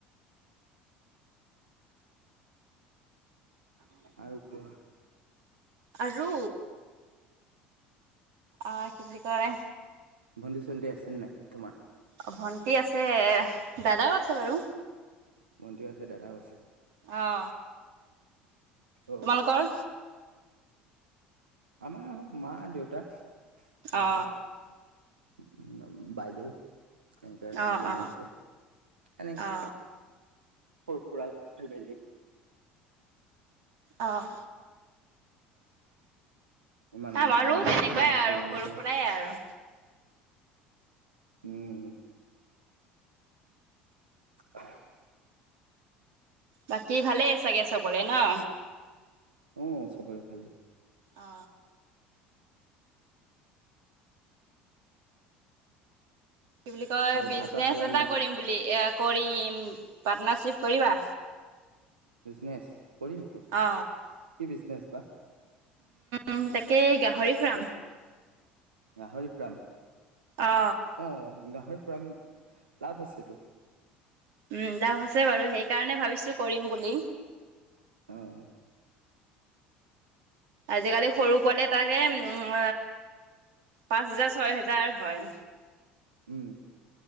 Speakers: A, on the right; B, on the right.
A: আৰু কোৱা?
B: আৰু অ কিব বুলি কয়
A: ভণ্টি-চণ্টি আছে নাই তোমাৰ?
B: অ ভণ্টি আছে। দাদাও আছে। বাৰু
A: ভণ্টিও আছে দাদাও আছে
B: অ
A: অ
B: তোমালোকৰ
A: আমাৰ মা, দেউতা আহ
B: অ
A: উ বাইদেউ। এনেকে
B: অ
A: দুজনী
B: অ
A: আছে। এনেকে
B: অ
A: সৰু সুৰা ফেমিলি
B: অঁ
A: ইমানো
B: আমাৰো
A: ডাঙৰ নহয়
B: তেনেকুৱাই
A: ইমানো
B: আৰু, সৰু
A: নহয়
B: সুৰাই আৰু।
A: উম। <unintelligible>
B: বাকী ভালেই চাগে চবৰে ন?
A: অ চবৰে ভালেই।
B: অ কি বুলি কয়,
A: আৰু
B: বিজনেচ
A: চাহ তাহ খালা
B: এটা
A: নাই
B: কৰিম বুলি এ কৰিম, পাৰ্টনাৰশিপ কৰিবা?
A: বিজনেচ, কৰিম তো,
B: অ
A: কি বিজনেচ বা?
B: উ তাকে গাহৰি ফুৰাম।
A: গাহৰি ফ্ৰাম।
B: অ
A: অ গাহৰি ফ্ৰাম লাভ আছেটো।
B: উম লাভ আছে বাৰু, সেইকাৰণে ভাবিছো কৰিম বুলি।
A: আহ
B: আজিকালি সৰু পোৱালে তাকে উম পাঁচ হোজাৰ, ছয় হোজাৰ হয়।
A: উম